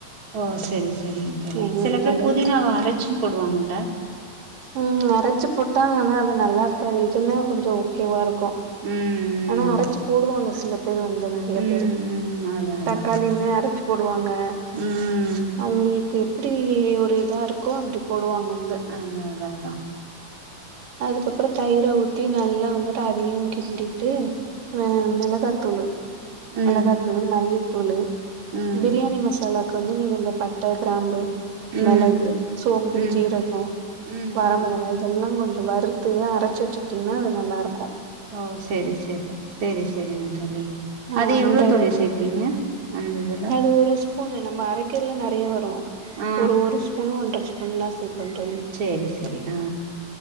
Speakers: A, on the right; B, on the right.
A: ஓ சேரி சேரிங்க தோழி
B: ம்
A: சில பேர்
B: அது
A: புதினாவ அரைச்சும் போடுவாங்கல்ல
B: ம் அரைச்சிப் போட்டாங்கன்னா அது நல்லாருக்காது இதுன்னா கொஞ்சோ ஓகேவா இருக்கு
A: ம்
B: ஆனா அரைச்சுப் போடுவாங்க சில பேர் வந்துனா நெறைய
A: ம்
B: பேரு
A: ம் ம் அதா அதா
B: தக்காளியுமே
A: அதா
B: அரைச்சுப் போடுவாங்க
A: ம்
B: அவுங்களுக்கு எப்டி ஒரு இதா இருக்கோ அப்டி போடுவாங்க வந்து
A: அதா அதா அதா
B: அதுக்கப்றோ தயிர ஊத்தி நல்லா வந்துட்டு அதையு கிண்டிட்டு அ ம் மொளகாத்தூளு
A: ம்
B: மொளாக தூளு மல்லித்தூளு
A: ம்
B: பிரியாணி மசாலாக்கு வந்து நீங்க இந்த பட்ட கிராம்பு
A: ம்
B: மெளகு சோம்பு
A: ம்
B: ஜீரகோ
A: ம்
B: வரமெள
A: ம்
B: கா இதெல்லா கொஞ்சம் வறுத்து அரச்சு வெச்சுக்கிட்டீங்கன்னா அது நல்லாருக்கு
A: ஓ சேரி சேரி சைரி சேரிங் தோழி
B: ஆ
A: அதை
B: அந்த
A: எவ்ளோ தோழி சேப்பிங்க அந்த இதுல
B: அது ஒரு ஸ்பூனு நம்ம அரைக்கல்ல நறைய வரு
A: ஆ
B: ஒரு ஒரு ஸ்பூனு ஒன்ற ஸ்பூன்தா சேப்பே தோழி
A: சேரி சேரி ஆ